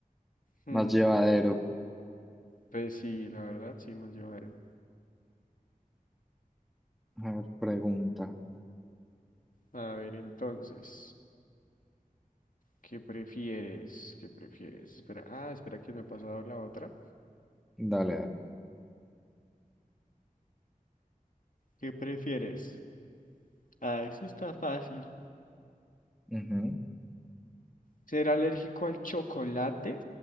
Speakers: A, on the left; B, in the centre.
A: Hmm,
B: más llevadero.
A: Pues sí, la verdad, sí, más llevaron.
B: A ver, pregunta.
A: A ver, entonces, ¿qué prefieres? ¿Qué prefieres? Espera, ah, espera que me he pasado la otra.
B: Dale, dale.
A: ¿Qué prefieres? Ah, eso está fácil.
B: Ujú.
A: ¿Ser alérgico al chocolate